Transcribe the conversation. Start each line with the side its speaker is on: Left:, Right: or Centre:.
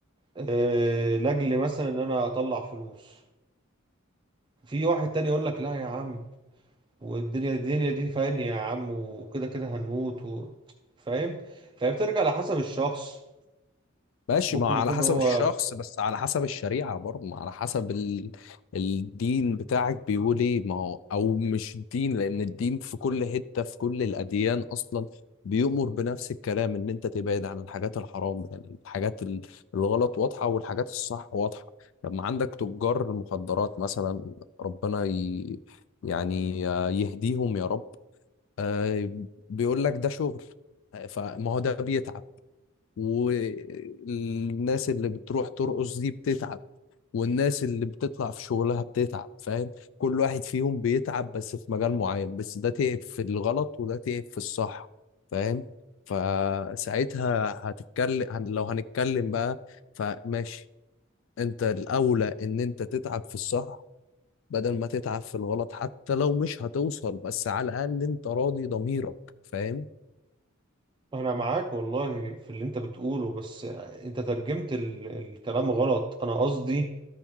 Right: آه، لاجل مثلا ان انا اطلع فلوس في واحد تاني يقول لك لا يا عم والدنيا الدنيا دي فاهم يا عم وكده كده هنموت و... فاهم فهي بترجع لحسب الشخص
Left: ماشي
Right: ممكن
Left: ما على
Right: يكون
Left: حسب
Right: هو
Left: الشخص بس على حسب الشريعة برضه ما على حسب ال... الدين بتاعك بيقول ايه ما هو او مش الدين لان الدين في كل حتة في كل الاديان اصلا بيؤمر بنفس الكلام ان انت تبعد عن الحاجات الحرام يعني الحاجات ال- الغلط واضحة والحاجات الصح واضحة لما عندك تجار المخدرات مثلا ربنا ي... يعني آه، يهديهم يا رب آه، بيقول لك ده شغل آه، فما هو ده بيتعب والناس اللي بتروح ترقص دي بتتعب والناس اللي بتطلع في شغلها بتتعب فاهم كل واحد فيهم بيتعب بس في مجال معين بس ده تعب في الغلط وده تعب في الصح فاهم فساعتها هتتكلم هن- لو هنتكلم بقى فماشي انت الاولى ان انت تتعب في الصح بدل ما تتعب في الغلط حتى لو مش هتوصل بس على الاقل انت راضي ضميرك فاهم
Right: انا معاك والله في اللي انت بتقوله بس انت ترجمت ال... الكلام غلط انا قصدي